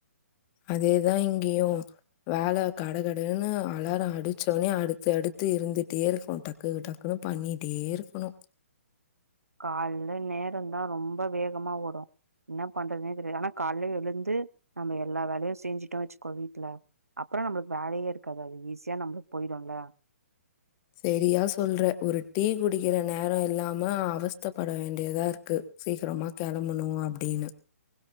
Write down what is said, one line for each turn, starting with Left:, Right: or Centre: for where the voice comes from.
Left: அதேதா இங்கேயு வேல கட கடன்னு அலார அடிச்சவனே அடுத்அடுத்து இருந்துட்டே இருக்கு டக்கு டக்குன்னு பண்ணிட்டே இருக்கணு
Right: கால்லல நேரந்தா ரொம்ப வேகமா ஓடு என்ன பண்றதுனே தெரில்ல ஆனா கால்யே எழுந்து நம்ம எல்லா வேலையு செஞ்சுட்டோ வச்சுக்க வீட்ல அப்றோ நம்ளுக்கு வேலையே இருக்காது அது ஈஸியா நம்ளுக்கு போயிடுல
Left: சரியா சொல்றே ஒரு டீ குடிக்கிற நேரோ இல்லாம அவஸ்தப்பட வேண்டியதாருக்கு சீக்கிரமா கெளம்பணு அப்டின்னு